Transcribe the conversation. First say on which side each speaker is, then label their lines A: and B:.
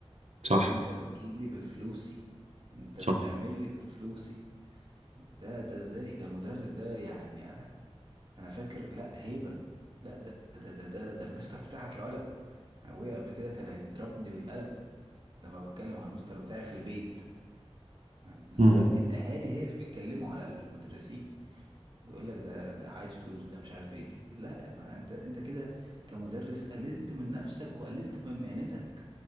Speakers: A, on the right; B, on the right.
A: صح
B: لو أنت بتجيلي بفلوسي أنت
A: صح
B: بتعمل لي بفلوسي ده ده إزاي ده المدرس ده يعني أنا أنا فاكر لأ هيبة لأ ده ده ده ده ده, ده المستر بتاعك يا ولد أبويا قبل كده كان هيضربني بالقلم لما بتكلم على المستر بتاعي في البيت دلوقتي
A: امم
B: الاهالي هي اللي بيتكلموا على المدرسين يقول لك ده ده عايز فلوس ده مش عارف ايه لا ما انت انت كده كمدرس قللت من نفسك وقللت من مهنتك